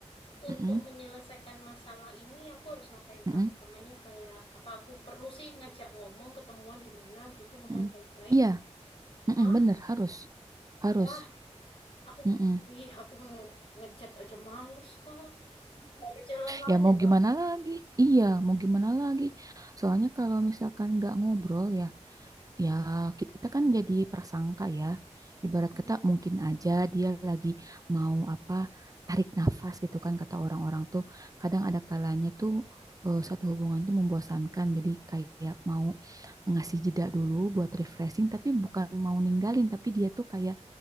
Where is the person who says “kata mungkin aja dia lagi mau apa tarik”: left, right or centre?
Right